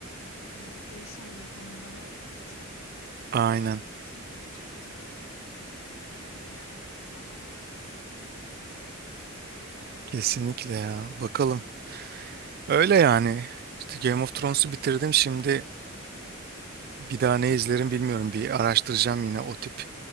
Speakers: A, on the left; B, on the right.
A: m, deşen konular olduğu için
B: Aynen.
A: e, şey geliyor, çekici geliyor insanlara hikayenin ana noktası da.
B: Kesinlikle ya. Bakalım. Öyle yani. İşte Game of Thrones'u bitirdim. Şimdi bir daha ne izlerim bilmiyorum. Bir araştıracağım yine o tip.